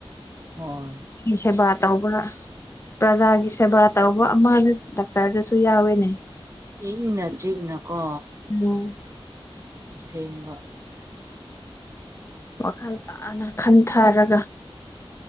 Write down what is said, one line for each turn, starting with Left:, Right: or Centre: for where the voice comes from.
Right: ꯍꯣꯏ
Left: ꯒꯤ ꯁꯦꯕꯥ ꯇꯧꯕ ꯄ꯭ꯔꯖꯥꯒꯤ ꯁꯦꯕꯥ ꯇꯧꯕ ꯑꯃꯅꯤ ꯗꯣꯛꯇꯔꯗꯁꯨ ꯌꯥꯎꯋꯦꯅꯦ꯫
Right: ꯏꯪꯅ ꯆꯤꯛꯅꯀꯣ
Left: ꯎꯝ
Right: ꯑꯁꯦꯡꯕ꯫
Left: ꯋꯥꯈꯜ ꯇꯥꯅ ꯈꯟꯊꯔꯒ